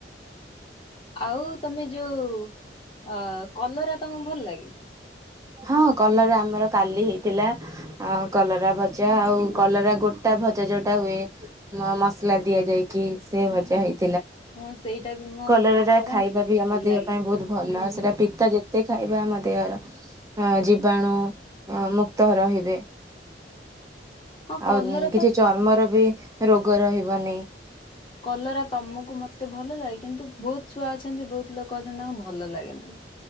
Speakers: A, on the left; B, on the right.
A: ଆଉ ତମେ ଯୋଉ ଅ କଲରା ତମକୁ ଭଲ ଲାଗେ?
B: ହଁ କଲରା ଆମର କାଲି ହେଇଥିଲା କଲରା ଭଜା ଆଉ କଲରା ଗୋଟା ଭଜା ଯୋଉଟା ହୁଏ ମସଲା ଦିଆଯାଇକି ସେ ଭଜା ହେଇଥିଲା
A: ହଁ ସେଇଟା ବି ମୋ
B: କଲରାଟା
A: ମାଆ କରନ୍ତି
B: ଖାଇବା ବି ଆମ
A: ଭଲ
B: ଦେହ
A: ଲାଗେ
B: ପାଇଁ ବହୁତ ଭଲ
A: ହୁଁ।
B: ସେଟା ପିତା ଯେତେ ଖାଇବା ଆମ ଦେହର ଜୀବାଣୁ ମୁକ୍ତ ରହିବେ।
A: ହଁ କଲରା
B: ଆଉ କିଛି
A: ତ
B: ଚର୍ମର ବି ରୋଗ ରହିବନି
A: କଲରା ତମକୁ ମତେ ଭଲ ଲାଗେ କିନ୍ତୁ ବହୁତ ଛୁଆ ଅଛନ୍ତି, ବହୁତ ଲୋକ ଅଛନ୍ତି ତାଙ୍କୁ ଭଲ ଲାଗେନା।